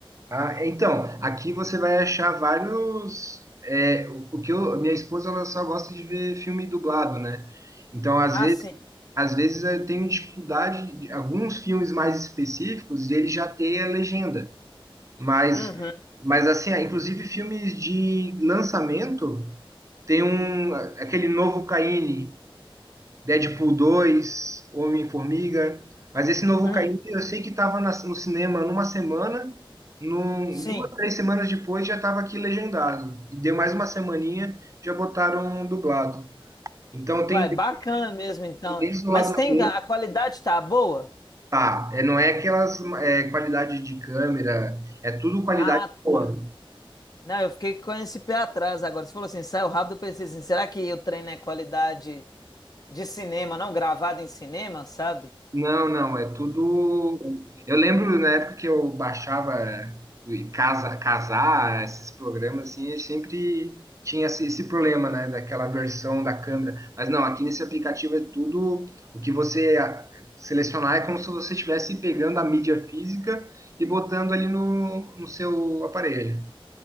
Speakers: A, on the right (about 35°); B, on the left (about 45°).
A: Ah, então, aqui você vai achar vários. é, o o que eu, minha esposa ela só gosta de ver filme dublado, né? Então, às
B: Ah,
A: vezes,
B: sim.
A: às vezes eu tenho dificuldade de alguns filmes mais específicos e ele já tem a legenda. Mas,
B: Uhum,
A: mas assim, ah, inclusive filmes de lançamento, tem um aquele novo Caine Deadpool 2, Homem-Formiga. Mas esse novo
B: uhum.
A: Caim, eu sei que estava no cinema numa semana, num,
B: Sim.
A: duas, três semanas depois já estava aqui legendado. E deu mais uma semaninha, já botaram um dublado. Então tem
B: Uai, bacana mesmo então.
A: desde do
B: Mas
A: lado
B: tem
A: ruim,
B: a a qualidade tá boa?
A: tá? É, não é aquelas é, qualidade de câmera, é tudo qualidade
B: Ah,
A: boa.
B: tá. Não, eu fiquei com esse pé atrás agora. Você falou assim, saiu rápido, eu pensei assim, será que o treino é qualidade de cinema, não gravado em cinema, sabe?
A: Não, não, é tudo. Eu lembro na época que eu baixava o casa, casar, esses programas assim, eu sempre tinha esse, esse problema, né, daquela versão da câmera. Mas não, aqui nesse aplicativo é tudo o que você a- selecionar é como se você estivesse pegando a mídia física e botando ali no, no seu aparelho,